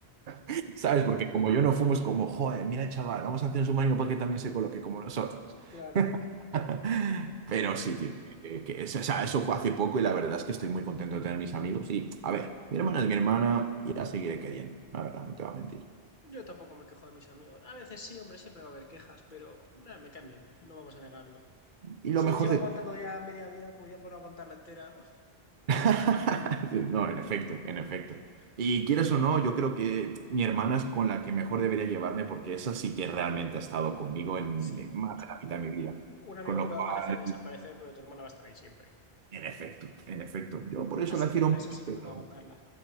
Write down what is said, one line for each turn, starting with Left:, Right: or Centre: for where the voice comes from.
Right: <laughs> ¿Sabes? Porque como yo no fumo, es como, joder, mira el chaval, vamos a hacer un submarino para que también se coloque como nosotros.
Left: Claro.
Right: <laughs> Pero
Left: Ay.
Right: sí, tío, que- que eso, o sea, eso fue hace poco y la verdad es que estoy muy contento de tener mis amigos. Y, a ver, mi hermana es mi hermana y la seguiré queriendo, la verdad, no te voy a mentir.
Left: Yo tampoco me quejo de mis amigos. A veces sí, hombre, siempre va a haber quejas, pero nada, me caen bien, no vamos a negarlo.
Right: Y lo
Left: Se
Right: mejor
Left: les lleva
Right: de
Left: aguantando ya media vida, pues ya por aguantarla entera. <laughs>
Right: <laughs> Sí, No, en efecto, en efecto. Y quieras o no, yo creo que mi hermana es con la que mejor debería llevarme porque esa sí que realmente ha estado conmigo en
Left: Sí,
Right: en más
Left: o sea,
Right: de la mitad de mi vida.
Left: un amigo
Right: Con lo
Left: puede
Right: cual,
Left: aparecer o desaparecer, pero tu hermana va a estar ahí siempre.
Right: en efecto, en efecto. Yo por eso
Left: Así
Right: la quiero
Left: que a
Right: mucho,
Left: esa sí que
Right: pero
Left: toca aguantarla.